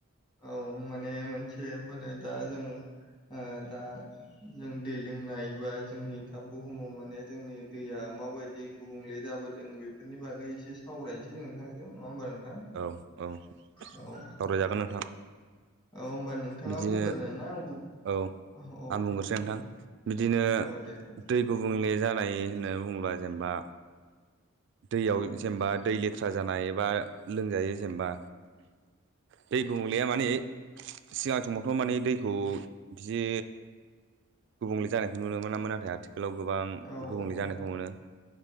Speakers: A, on the left; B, on the right.
A: औ माने मोनसे माने दा जों। ओं दा जों दै लोंनाय बा जोंनि दा बुहुमाव माने जोंनि दैया माबायदि गुबुंले जाबोदों बेफोरनि बागै एसे सावरायनोसै जों नोंथांजों नङा होमबा नों
B: औ औ
A: औ।
B: सावरायजागोन नोंथां
A: औ होमबा नोंथाङा
B: बिदिनो
A: बुंग्रो ना आं बुं
B: औ
A: औ
B: आं बुंग्रोसै नोंथां बिदिनो
A: औ दे दे
B: दै गुबुंले जानाय होनना बुङोब्ला जेनेबा दैयाव जेनेबा दै लेथ्रा जानाय बा लोंजायै जेनेबा दै गुबुंलेया माने सिगां समावथ' माने दैखौ बिदि गुबुंले जानायखौ नुनो मोनामोना आथि आथिखालाव गोबां
A: औ औ
B: गुबुंले जानायखौ मोनो